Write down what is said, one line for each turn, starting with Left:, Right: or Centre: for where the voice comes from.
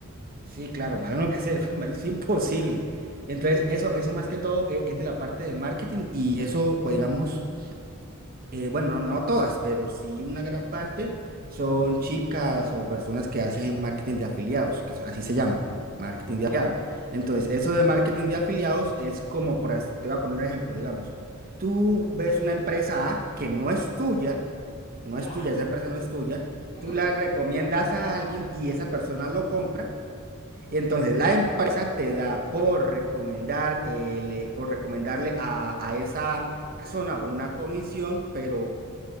Right: sí, claro, malo no puede ser, <laughs> es imposible. Entonces,
Left: ¿Mm?
Right: eso, eso más que todo e- es, de la parte de marketing y eso, pues, digamos... eh, bueno, no, no todas, pero sí una gran parte son chicas o personas que hacen marketing de afiliados, que es- así se llama, marketing de afiliados. Entonces, eso de marketing de afiliados es como, por, as- te voy a poner un ejemplo, digamos, tú ves una empresa A que no es tuya, no
Left: ¿Ya?
Right: es tuya, esa empresa no es tuya,
Left: Ujú.
Right: tú la recomiendas a alguien y esa persona lo compra. Y entonces la empresa te da por recomendar, eh, le- por recomendarle a, a esa persona una comisión, pero